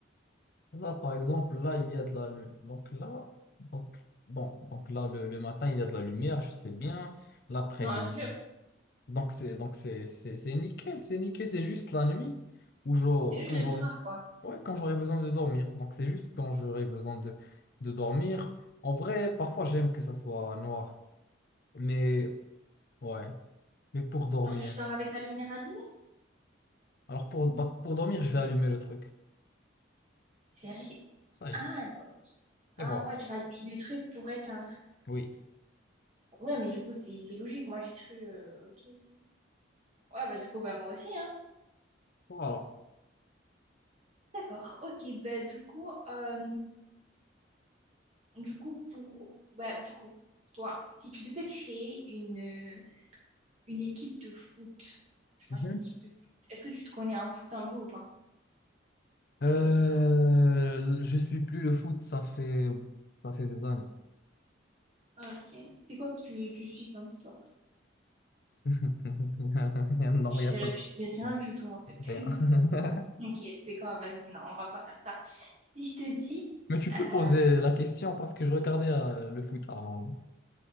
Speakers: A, on the left; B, on the right.
A: là, par exemple, là, il y a de la lumière. Donc là, donc, bon, donc là, le, le matin, il y a de la lumière, je sais bien. L'après-midi,
B: Non, je jure,
A: Donc c'est donc c'est c'est c'est nickel, c'est nickel, c'est juste la nuit où j'aurai-
B: c'est juste
A: quand
B: le
A: j'aurai
B: soir, quoi.
A: ouais, quand j'aurai besoin de dormir. Donc c'est juste quand j'aurai besoin de de dormir. En vrai, parfois j'aime que ça soit noir, mais ouais, mais pour dormir.
B: Genre, tu dors avec la lumière allumée?
A: Alors pour bah, pour dormir, je vais allumer le truc.
B: Sérieux?
A: Ça y
B: Ah,
A: est.
B: ok. Ah
A: Et voilà.
B: ouais, tu vas allumer le truc pour éteindre.
A: Oui.
B: Ouais, mais du coup, c'est c'est logique. Moi, j'ai cru... euh, ok, ok. Ouais, bah du coup, bah moi aussi, hein.
A: Voilà.
B: D'accord, ok, Bah du coup, euh, du coup, pour, bah du coup, toi, si tu devais créer une, euh, une équipe de foot, tu vois,
A: Mhm.
B: une équipe de foot, est-ce que tu te connais en foot un peu ou pas?
A: Euh,
B: Bien évidemment.
A: je suis plus le foot, ça fait ça fait des années.
B: Ok, c'est quoi que tu, tu suis comme sport?
A: <laughs> Non,
B: Tu
A: il y a pas
B: fais,
A: de...
B: tu fais rien
A: Non,
B: du tout en fait. <laughs>
A: rien. <laughs>
B: Ok, c'est quoi, vas-y, non, on va pas faire ça. Si je te dis
A: Mais tu peux
B: euh,
A: poser la question parce que je regardais euh, le foot avant,